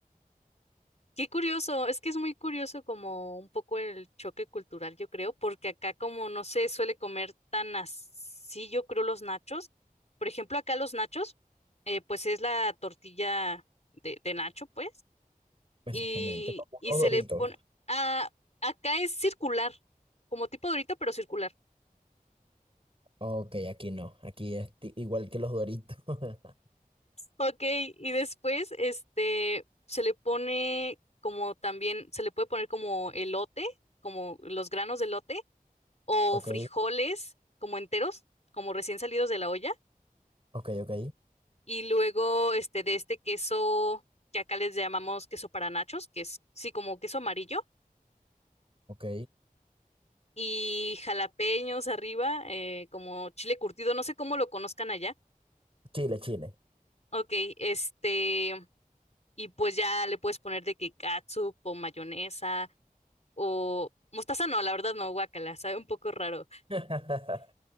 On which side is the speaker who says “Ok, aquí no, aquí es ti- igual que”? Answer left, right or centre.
Right